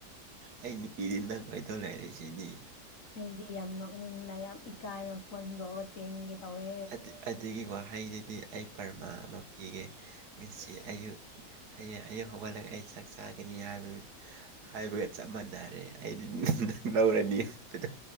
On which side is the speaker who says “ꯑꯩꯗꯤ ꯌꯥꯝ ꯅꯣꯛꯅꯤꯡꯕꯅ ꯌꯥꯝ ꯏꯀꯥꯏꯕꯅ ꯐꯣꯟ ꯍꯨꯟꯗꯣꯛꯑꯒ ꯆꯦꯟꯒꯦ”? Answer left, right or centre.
Left